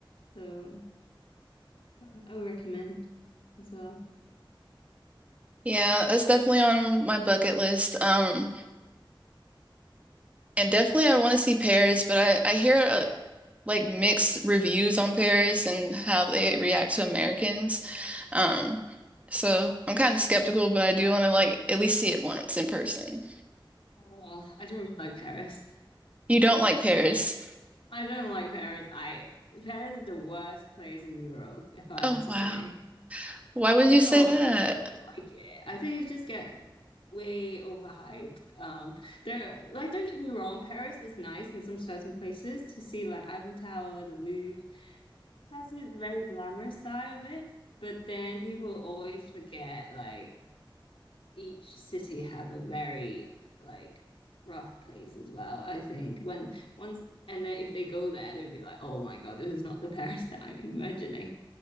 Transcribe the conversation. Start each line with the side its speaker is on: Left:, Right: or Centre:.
Left: so I I would recommend as well.
Right: Yeah, that's definitely on my bucket list. Um, and definitely I want to see Paris, but I, I hear uh, like mixed reviews on Paris and how they react to Americans. Um, so I'm kind of skeptical, but I do want to like at least see it once in person.
Left: Oh, I don't really like Paris.
Right: You don't like Paris.
Left: I don't like Paris. I Paris is the worst place in Europe, if I have
Right: Oh
Left: to
Right: wow.
Left: say.
Right: Why would
Left: I
Right: you
Left: don't
Right: say
Left: know.
Right: that?
Left: <laughs> These People like it. I think it just gets way overhyped. Um, there, like, don't get me wrong, Paris is nice in some certain places to see, like Eiffel Tower, the Louvre. It has this very glamorous side of it, but then people always forget, like, each city have a very like rough place as well. I think when once and then if they go there, they'll be like, oh my God, this is not the Paris that I'm imagining.